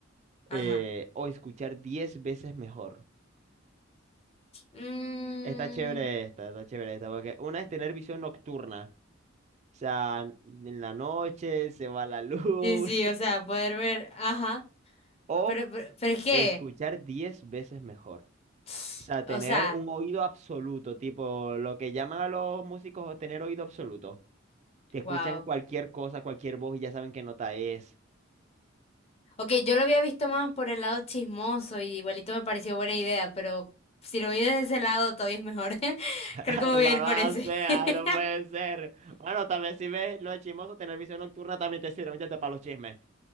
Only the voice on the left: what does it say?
Ajá.
Mm,
sí, sí, o sea, poder ver. Ajá.
Pero, pero, pero es que.
<sniffs>
O sea,
wow.
Ok, yo lo había visto más por el lado chismoso y igualito me pareció buena idea, pero si lo vi desde ese lado todavía es mejor. <laughs>
Creo que me voy
a ir por ese.
<laughs>